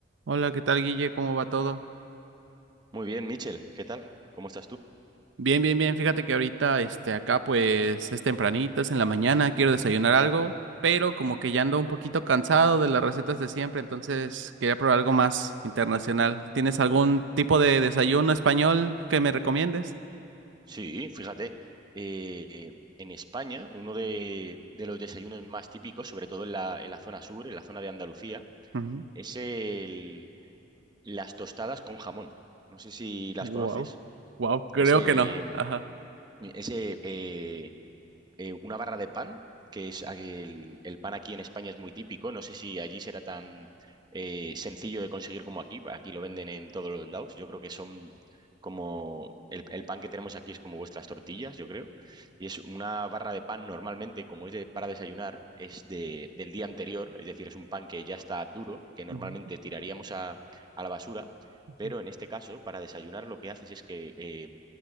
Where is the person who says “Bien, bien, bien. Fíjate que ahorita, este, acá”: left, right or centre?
Right